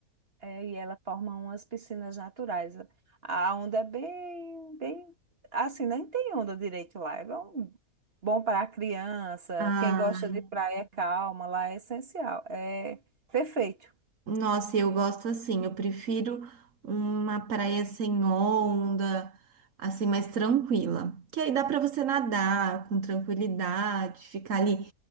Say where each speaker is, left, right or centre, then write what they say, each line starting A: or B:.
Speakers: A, on the right; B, on the right.
A: É, e ela forma umas piscinas naturais. A onda é bem, bem, assim, nem tem onda direito lá. É bom, bom para a criança,
B: Ah,
A: quem gosta de praia calma, lá é essencial. É perfeito.
B: nossa, eu gosto assim. Eu prefiro uma praia sem onda, assim, mais tranquila. Que aí dá pra você nadar com tranquilidade, ficar ali